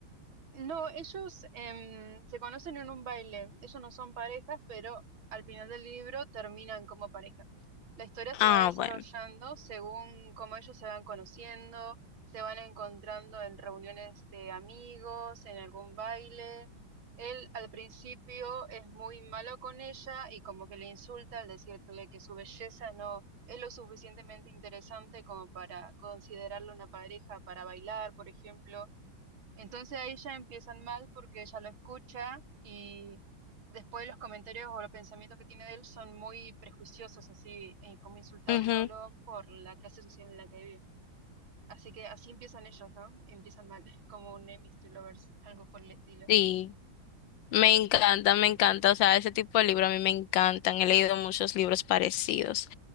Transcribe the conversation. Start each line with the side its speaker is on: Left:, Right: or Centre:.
Right: No, ellos em, se conocen en un baile. Ellos no son parejas, pero al final del libro terminan como pareja. La historia se
Left: Ah,
Right: va desarrollando
Left: bueno.
Right: según cómo ellos se van conociendo, se van encontrando en reuniones de amigos, en algún baile. Él al principio es muy malo con ella y como que le insulta al decirle que su belleza no es lo suficientemente interesante como para considerarla una pareja para bailar, por ejemplo entonces ahí ya empiezan mal porque ella lo escucha y después los comentarios o los pensamientos que tiene de él son muy prejuiciosos, así eh, como insultándolo
Left: Ujú,
Right: por la clase social en la que vive. Así que así empiezan ellos, ¿no? Empiezan mal, <laughs> como un enemies to lovers, algo por el estilo.
Left: Sí, me encanta, me encanta, o sea, ese tipo de libros a mí me encantan, he leído muchos libros parecidos,